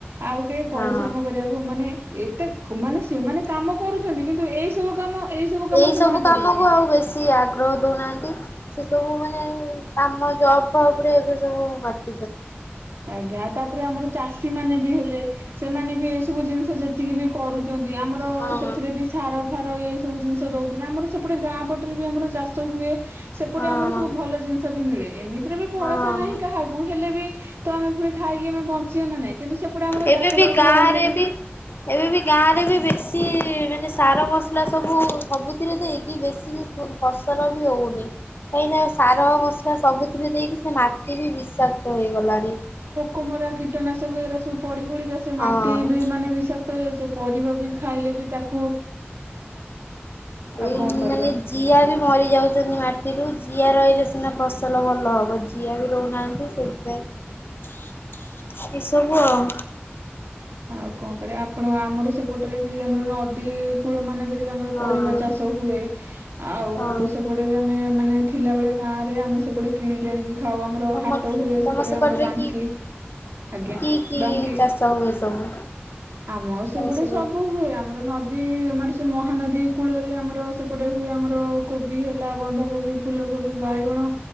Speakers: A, on the right; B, on the left.
A: ଆଉ କେହି ପରିଶ୍ରମ
B: ହଁ
A: କରିବାକୁ ମାନେ- ଏତେ ମାନେ ସେମାନେ କାମ କରୁଛନ୍ତି କିନ୍ତୁ ଏଇ ସବୁ କାମ କାମ
B: ଏଇ
A: ସେମାନେ
B: ସବୁ କାମକୁ
A: କରିବେନି।
B: ଆଉ ବେଶୀ ଆଗ୍ରହ ଦଉନାହାନ୍ତି ସେ। ସବୁ ମାନେ କାମ ଜବ୍ ଫବ ରେ ଏବେ ସବୁ କରି
A: ଆଜ୍ଞା ତା ଆମର ଚାଷୀ ମାନେ ବି ହେଲେ ସେମାନେ ବି ଏଇ ସବୁ ଜିନିଷ ଯେତିକି ବି କରୁ ଆମର
B: ହଁ
A: ସେଥିରେ ବି ସାର ଫାର ଏ ସବୁ ଜିନିଷ ଚାଷ ଦଉଛନ୍ତି ଆମର ସେପଟେ ଗାଁ ପଟରେ ବି ଆମର ଚାଷ ହୁଏ। ସେପଟେ
B: ହଁ
A: ଆମର ସବୁ ଭଲ ଜିନିଷ ବି ମିଳେ। ଏମି ଥିରେ ବି ଭରସା
B: ହଁ
A: ନାହିଁ କାହାକୁ ହେଲେ ବି ତ ଆମେ ପୁରଣି ଖାଇକି ଆମେ ବଞ୍ଚିବା ନା ନାଇଁ କିନ୍ତୁ ସେପଟେ ଆମର
B: ଏବେ
A: ଚାଷ
B: ବି
A: ବାସ
B: ଗାଁ
A: ଏଇ ସବୁ
B: ରେ ବି ଏବେ ବି ଗାଁ ରେ
A: ଆଉ।
B: ବି ବେଶୀ ମାନେ ସାର ମସଲା ସବୁ ସବୁଥିରେ ଦେଇକି ବେଶୀ ବି ଫସଲ ବି ହଉନି କାହିଁକିନା ସାର ମସଲା ସବୁଥିରେ ଦେଇକି ସେ ମାଟି ବି ବିଷାକ୍ତ ହେଇ ଗଲାଣି।
A: କମରା କୀଟନାଶକ ଏରା ସବୁ ପଡ଼ିପଡ଼ିକା ସେ
B: ହଁ
A: ମାଟି ବି ମାନେ ବିଷାକ୍ତ ହେଇଯାଉଛି ପରିବା ବି ଖାଇଲେ ବି ତାକୁ ଆଉ
B: ଏ
A: କଣ କରିବା।
B: ମାନେ ଜିଆ ବି ମରି ଯାଉଛନ୍ତି ମାଟି ସେଥିରୁ ଜିଆ ରହିଲେ ସିନା ଫସଲ ଭଲ ହବ ଜିଆ ବି ରହୁନାହାନ୍ତି ସେଥିପାଇଁ ଏ ସବୁ ଆଉ।
A: ଆଉ କଣ କରିବା ଆପଣ ଆମର ସେପଟରେ ବି ଆମର ନଦୀ କୂଳ ମାନଙ୍କ ଆମର
B: ହଁ
A: ପରିବା ଚାଷ ହୁଏ ଆଉ
B: ହଁ
A: ସେପଟେ ବି ଆମେ ମାନେ ଥିଲାବେଳେ ଗାଁରେମେ ସେପଟେ କିଣିକି ଆଣିକି ଖାଉ ଆମର
B: ତମର
A: ହାଟ
B: ସେ
A: ହୁଏ
B: ତମ
A: ସେପଟେ
B: ସେପଟରେ
A: ଆମର ବାଙ୍କି
B: କି
A: ଆଜ୍ଞା
B: କି କି
A: ବାଙ୍କି
B: ଚାଷ ହୁଏ ସବୁ
A: ଆମ
B: ତମ
A: ସେପଟେ
B: ସେପଟରେ
A: ସବୁ ହୁଏ ଆମର ନଦୀ ଆମର ସେ ମହାନଦୀ କୂଳରେ ଆମର ସେପଟେ ହୁଏ ଆମର କୋବି ହେଲା ବନ୍ଧାକୋବି ଫୁଲକୋବି ବାଇଗଣ